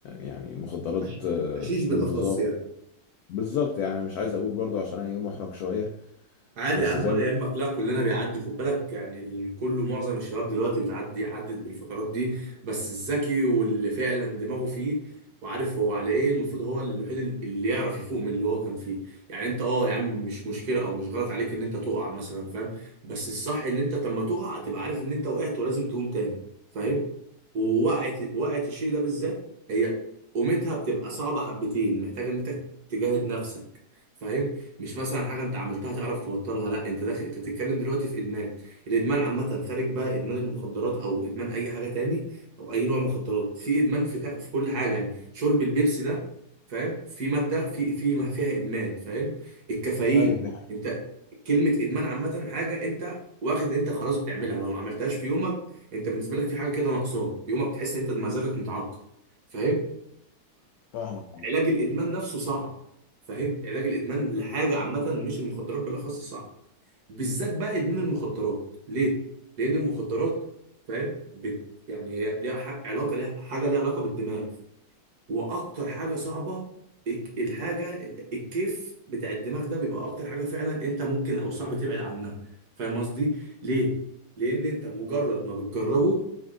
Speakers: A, on the left; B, on the right.
A: يعني مخدرات
B: حش-
A: آه،
B: حشيش
A: بانتظار
B: بالأخص يعني
A: بالظبط يعني أنا مش عايز أقول برضو عشان أنا إيه محرج شوية
B: عادي
A: بس
B: يا عم
A: زي
B: ولا
A: ما
B: يهمك لا كلنا بيعدي خد بالك يعني الكل معظم الشباب دلوقتي بتعدي عدت بالفترات دي بس الذكي واللي فعلا دماغه فيه وعارف هو على ايه المفروض هو الوحيد اللي يعرف يفوق من اللي هو كان فيه يعني انت اه يا عم مش مشكله او مش غلط عليك ان انت تقع مثلا فاهم بس الصح ان انت لما تقع تبقى عارف ان انت وقعت ولازم تقوم تاني فاهم ووقعت وقعت الشيء ده بالذات هي قومتها بتبقى صعبه حبتين محتاجه ان انت تجاهد نفسك فاهم مش مثلا حاجه انت عملتها تعرف تبطلها لا انت داخل انت بتتكلم دلوقتي في ادمان الادمان عامه خارج بقى ادمان المخدرات او ادمان اي حاجه تاني او اي نوع مخدرات في ادمان في ك... في كل حاجه يعني شرب البيبسي ده فاهم في ماده في في ما فيها ادمان فاهم الكافيين
A: ايوه دي حقيقة
B: انت كلمه ادمان عامه حاجه انت واخد ان انت خلاص بتعملها لو ما عملتهاش في يومك انت بالنسبه لك في حاجه كده ناقصاك يومك تحس ان انت مزاجك متعكر فاهم
A: فاهمك
B: علاج الادمان نفسه صعب فاهم علاج الادمان لحاجه عامه مش المخدرات بالاخص صعب بالذات بقى ادمان المخدرات ليه لان المخدرات فاهم بت يعني هي ليها ح- علاقه ليها حاجه ليها علاقه بالدماغ واكتر حاجه صعبه الك- الحاجه ال- الكيف بتاع الدماغ ده بيبقى اكتر حاجه فعلا انت ممكن او صعب تبعد عنها فاهم قصدي ليه لان انت مجرد ما بتجربه